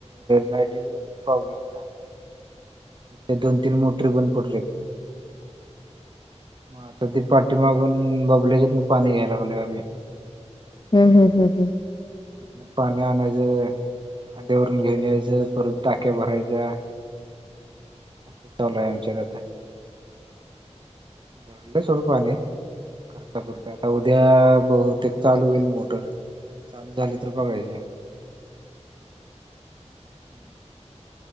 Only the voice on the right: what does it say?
लायटीचा प्रॉब्लेम झाला होता ते दोन तीन मोटरी बन पडलेत म तर ती पाट मागून बबलेच्यात ना पाणी घ्यायला लागलो आम्ही
कितन पाणी आना ज खांद्यावरून घेऊन यायचं परत टाक्या भरायच्या अस चालू आहे आमच्यात आता भरले सडू पाणी करता पुरत आता उद्या बहुतेक चालू होईल मोटर चाले चालीस रुपय कयचे हम्म